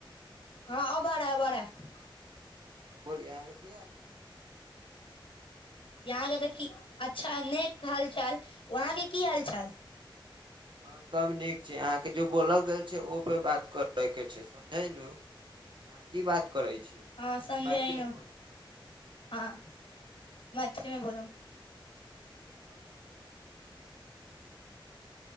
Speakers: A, on the left; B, on the right.
A: हँ अब आ रहा है अब आ रहा है
B: बोलिय अहाँके की हाल छै
A: यहाँके देखी अच्छा नेक हालचाल वहाँ के की हाल चाल
B: हँ सभ नीक छै अहाँके जो बोलल गेल छै ओपे बात करयके छै समझै नू ह की बात करै छी
A: हाँ समझेनू
B: मैथिली मे बोलै छी
A: हँ मैथिली मे बोलब
B: आओर बताउ अहाँके सबनीक छै